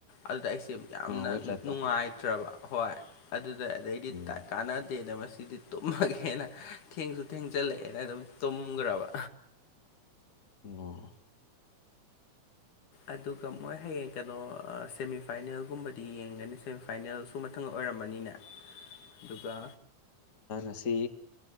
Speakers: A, on the left; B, on the left.
A: ꯑꯗꯨꯗ ꯑꯩꯁꯦ ꯌꯥꯝꯅ
B: ꯑꯥ ꯋꯦꯕꯁꯥꯏꯠꯇꯣ
A: ꯅꯨꯡꯉꯥꯏꯇ꯭ꯔꯕ ꯍꯣꯏ ꯑꯗꯨꯗ ꯑꯗꯩꯗꯤ
B: ꯎꯝ
A: ꯀꯥꯟꯅꯗꯦꯗ ꯃꯁꯤꯗꯤ ꯇꯨꯝꯃꯒꯦꯅ ꯊꯦꯡꯁꯨ ꯊꯦꯡꯖꯜꯂꯛꯑꯦꯅ ꯑꯗꯨꯝ ꯇꯨꯝꯈ꯭ꯔꯕ
B: ꯑꯣ
A: ꯑꯗꯨ ꯃꯣꯏ ꯍꯌꯦꯡ ꯀꯩꯅꯣ ꯁꯦꯃꯤꯐꯥꯏꯅꯦꯜꯒꯨꯝꯕꯗꯤ ꯌꯦꯡꯒꯅꯤ ꯁꯦꯃꯤꯐꯥꯏꯅꯦꯜꯁꯨ ꯃꯊꯪ ꯑꯣꯏꯔꯃꯅꯤꯅ ꯑꯗꯨꯒ
B: ꯑꯁꯤ